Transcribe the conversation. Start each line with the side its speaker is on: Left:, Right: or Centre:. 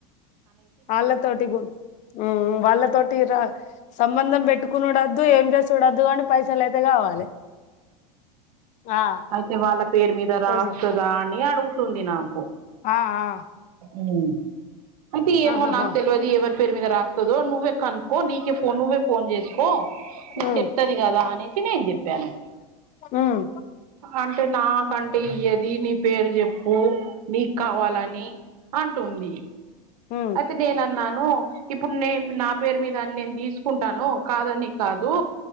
Left: వాళ్ళ తోటి గు వాళ్ళ తోటి రా సంబంధం పెట్టుకునుడు వద్దు ఏం చేసుడు వద్దు కాని పైసలయితే కావాలి ఆ
Right: అయితే వాళ్ళ పేరు మీద
Left: ఫోజియా
Right: రాస్త రా అని అడుగుతుంది నాకు
Left: ఆ ఆ
Right: ఉ అయితే ఏమో
Left: ఆహాహా
Right: నాకు తెలియదు ఎవరి పేరు మీద రాస్తదో నువ్వే కనుక్కో నీకే ఫోన్ నువ్వే ఫోన్ చేసుకో నీకు
Left: ఉమ్
Right: చెప్తది కదా అనేసి నేను చెప్పాను
Left: ఉమ్
Right: అంటే నాకంటే ఇయ్యది నీ పేరు చెప్పు నీకు కావాలని అంటుంది
Left: ఉ
Right: తే నేను అన్నాను ఇప్పుడు నేను నా పేరు మీద నేను తీసుకుంటాను కాదని కాదు